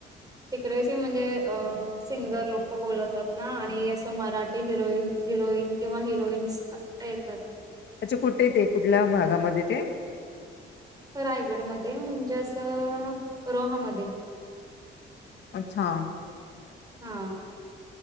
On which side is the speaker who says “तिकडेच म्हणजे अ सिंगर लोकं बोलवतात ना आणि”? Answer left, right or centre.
Right